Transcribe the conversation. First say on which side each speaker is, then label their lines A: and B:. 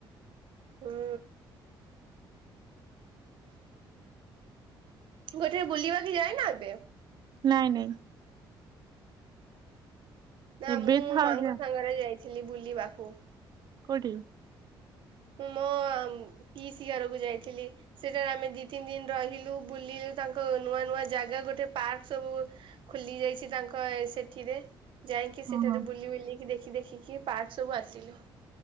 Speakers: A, on the right; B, on the right.
A: ହୁଁ। ଗୋଟିରେ ବୁଲିବା କି ଯାଇନା ଏବେ?
B: ନାଇଁ ନାଇଁ।
A: ନା
B: ଏବେ
A: ମୁଁ ମୋ
B: ଥାଉ
A: ମାଆଙ୍କ
B: ଯା
A: ସାଙ୍ଗରେ ଯାଇଥିଲି ବୁଲିବାକୁ।
B: କୋଉଠିକୁ?
A: ମୁଁ ମୋ ପିଇସି ଘରକୁ ଯାଇଥିଲି। ସେଠାରେ ଆମେ ଦିତିନ ଦିନ ରହିଲୁ ବୁଲିଲୁ ତାଙ୍କ ନୂଆନୂଆ ଜାଗା ଗୋଟେ ପାର୍କ ସବୁ ଖୋଲିଯାଇଛି ତାଙ୍କ ଏ ସେଠିରେ। ଯାଇଁକି ସେଠାରେ
B: ଓହୋ
A: ବୁଲିବୁଲିକି ଦେଖି ଦେଖିକି ପାର୍କ ସବୁ ଆସିଲୁ।